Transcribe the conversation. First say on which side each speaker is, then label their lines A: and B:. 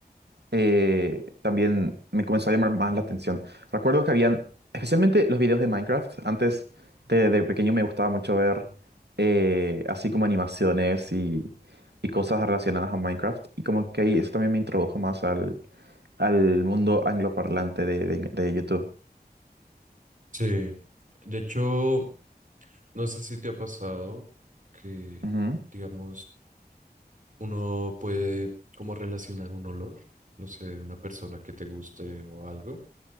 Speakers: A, on the right (about 80°); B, on the right (about 50°).
A: eh, también me comenzó a llamar más la atención. Recuerdo que habían, especialmente los videos de Minecraft, antes de, de pequeño me gustaba mucho ver eh, así como animaciones y, y cosas relacionadas a Minecraft, y como que ahí eso también me introdujo más al, al mundo angloparlante de, de, de YouTube.
B: Sí. De hecho. No sé si te ha pasado que,
A: Ujú.
B: digamos, uno puede como relacionar un olor, no sé, de una persona que te guste o algo,